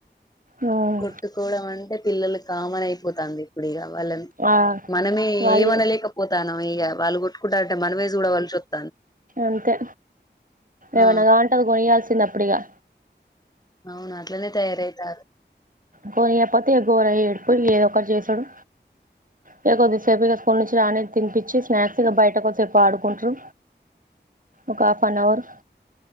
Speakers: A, on the right; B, on the left.
A: మ్మ్
B: కొట్టుకోవడం అంటే పిల్లలక్ కామన్ అయిపోతంది ఇప్పుడు ఇగ వాళ్ళని
A: ఆ
B: మనమే
A: వాళ్ళే
B: ఏమనలేకపోతానం ఇగ వాళ్ళు కొట్టుకుంటంటే మనమేజుడవల్సివస్తుం
A: అంతే
B: ఆ
A: ఎవనగావలి అంటే అది కొనిల్స చిన్న అప్పుడిగా
B: అవు అట్లనే తయారవుతాళ్ళు
A: కొనీయకపోతేక ఇగ గోర ఏడిపోయి ఏదో ఒకటి చేసాడు ఇక కొద్దిసేపు ఇక స్కూల్ నుంచి రానిది తినిపించి స్నాక్స్ ఇక బయట కొద్దిసేపు ఆడుకుంటారు ఒక హాఫ్ అన్ అవర్